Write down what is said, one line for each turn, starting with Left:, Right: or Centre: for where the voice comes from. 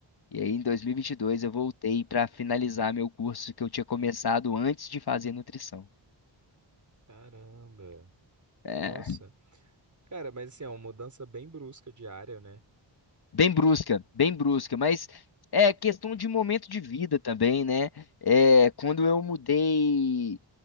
Left: E aí, em 2022, eu voltei para finalizar meu curso que eu tinha começado antes de fazer nutrição.
Right: Caramba.
Left: É,
Right: Nossa. Cara, mas assim, é uma mudança bem brusca de área, né?
Left: bem brusca, bem brusca, mas é questão de momento de vida também, né? É, quando eu mudei